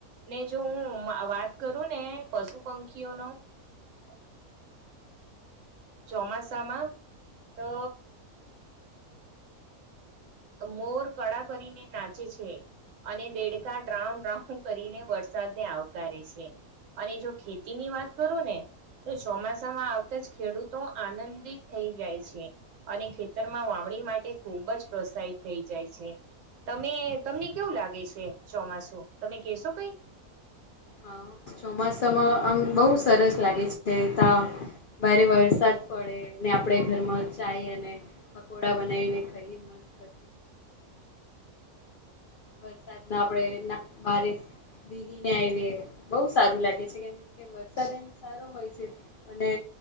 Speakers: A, on the right (about 60°); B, on the left (about 85°).
A: ને જો હું વાત કરું ને પશુ, પંખીઓનો <inaudible> ચોમાસામાં તો મોર કળા કરીને નાચે છે અને દેડકા ડ્રાઉડ્રઉ કરીને વરસાદને આવકારે છે અને જો ખેતી ની વાત કરો ને તો ચોમાસામાં આવતા જ ખેડૂતો આનંદિત થઈ જાય છે અને ખેતરમાં વાવણી માટે ખૂબ જ પ્રોત્સાહિત થઈ જાય છે તમે તમને કેવું લાગે છે ચોમાસું, તમે કેશો કઈ?
B: હા, ચોમાસામાં આમ બહુ સરસ લાગે છે તા બારે વરસાદ પડે ને આપડે ઘરમાં ચાય અને પકોડા બનાવીને ખાઈએ મસ્ત <inaudible>
A: <inaudible>
B: વરસાદ ના આપડે ભારે ભીગીને આવીએ બહુ સારું લાગે છે કેમ કે વરસાદ એમ સારો હોય છે અને